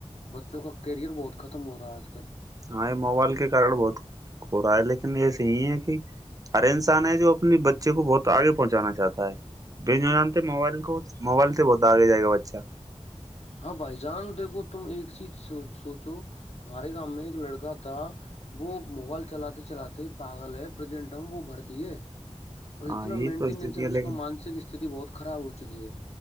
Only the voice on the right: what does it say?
ہاں یہ موبائل کے کارن بہت ہو رہا ہے لیکن ایسے ہی ہے کہ ہر انسان ہے جو اپنی بچے کو بہت آگے پہنچانا چاہتا ہے ب جان موبائل کو موبائل بہت آگے جائے گا اچھا
ہاں
یہی
تو استتی ہے لیکن